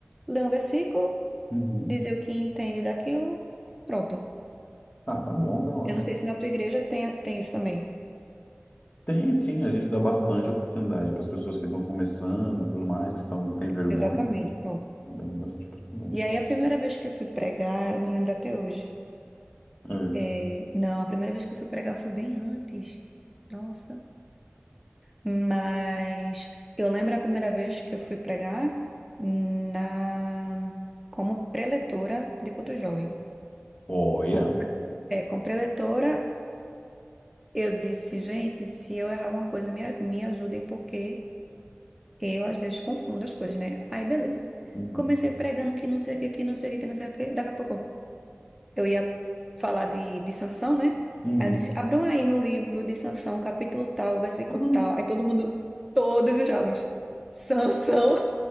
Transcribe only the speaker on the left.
Uhum.
Ah, tá bom, tá ótimo.
Tem sim, a gente dá bastante oportunidade para as pessoas que estão começando e tudo mais, que são, têm vergonha,
né?
dá bastante oportunidade.
É.
Olha.
Uhum.
Uhum.
Ah,